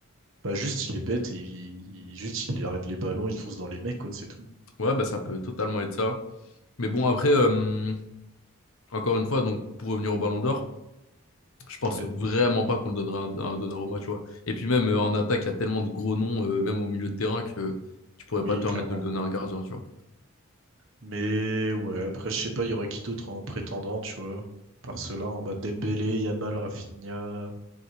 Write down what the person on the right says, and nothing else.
bah juste il est bête et il, il- juste il arrête les ballons, il fonce dans les mecs, quoi, c'est tout.
Ouais,
oui,
clairement.
Mais ouais, après je sais pas, il y aurait qui d'autre en prétendant, tu vois. Par cela, en bas Dembélé, Yamal, Rafinha,